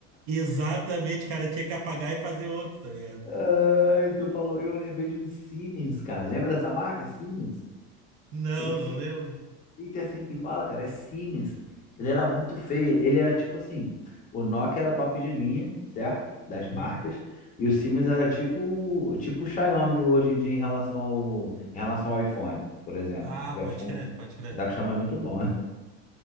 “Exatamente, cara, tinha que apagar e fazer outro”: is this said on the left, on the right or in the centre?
Right